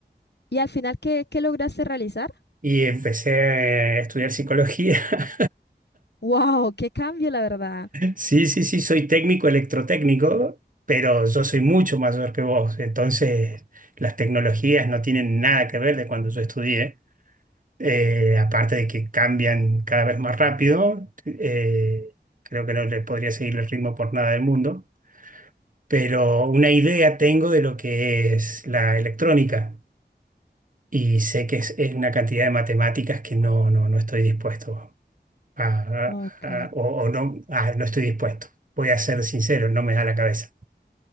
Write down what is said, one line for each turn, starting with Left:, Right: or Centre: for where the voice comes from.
Left: y al final, ¿qué, qué lograste realizar?
Right: Y empecé a estudiar psicología. <laughs>
Left: ¡Wow! ¡Qué cambio, la verdad!
Right: Sí, sí, sí, soy técnico electrotécnico, pero yo soy mucho mayor que vos. Entonces, las tecnologías no tienen nada que ver de cuando yo estudié. Eh, aparte de que cambian cada vez más rápido, eh, creo que no le podría seguir el ritmo por nada del mundo, pero una idea tengo de lo que es la electrónica y sé que es, es una cantidad de matemáticas que no, no, no estoy dispuesto a,
Left: Ok.
Right: a- a- o, o no, ah, no estoy dispuesto. Voy a ser sincero, no me da la cabeza.